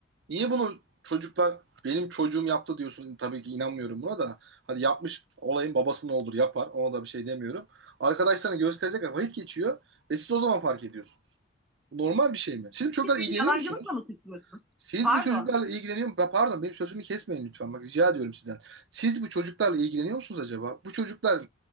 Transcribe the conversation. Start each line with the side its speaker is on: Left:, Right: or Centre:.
Right: Niye bunu çocuklar benim çocuğum yaptı diyorsun tabii ki inanmıyorum buna da. Hadi yapmış olayın babası ne olur yapar ona da bir şey demiyorum. Arkadaşlarına gösterecekler vakit geçiyor ve siz o zaman fark ediyorsunuz. Bu normal bir şey mi? Siz bu çocuklarla
Centre: Siz beni
Right: ilgileniyor
Centre: yalancılıkla
Right: musunuz?
Centre: mı suçluyorsunuz?
Right: Siz
Centre: Pardon.
Right: bu çocuklarla ilgileniyor musunuz? Pardon benim sözümü kesmeyin lütfen bak rica ediyorum sizden. Siz bu çocuklarla ilgileniyor musunuz acaba? Bu çocuklar